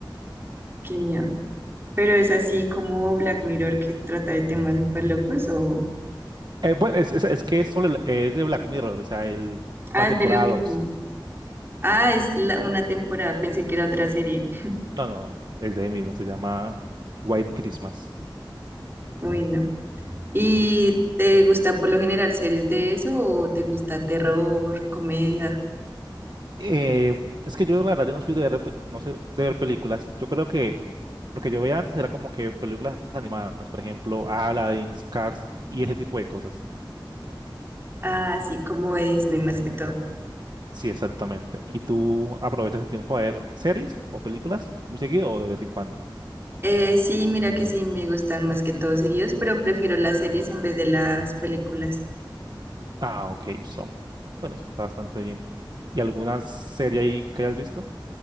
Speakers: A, on the right (about 25°); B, on the right (about 60°).
A: Qué miedo. Pero es así como Black Mirror que trata de temas súper locos o...
B: Eh, bueno, es, es, es que es, solo el- es de Black Mirror, o sea, el,
A: Ah,
B: la temporada
A: es de lo mismo.
B: 2.
A: Ah, es la- una temporada, pensé que era otra serie.
B: No, no, no, es de ahí mismo, se llama White Christmas.
A: bueno ¿Y te gusta por lo general series de eso o te gusta terror, comedia?
B: Eh, es que yo, la verdad, yo no soy de ver, no sé, de ver películas. Yo creo que lo que yo veía antes era como que películas animadas, por ejemplo, Aladdin, Cars y ese tipo de cosas.
A: Ah, sí, como de Disney más que todo.
B: Sí, exactamente. ¿Y tú aprovechas el tiempo a ver series o películas muy seguido o de vez en cuando?
A: Eh, sí, mira que sí, me gustan más que todo seguidos, pero prefiero las series en vez de las películas.
B: Ah, ok, so. Bueno, esto está bastante bien. ¿Y alguna serie ahí que hayas visto?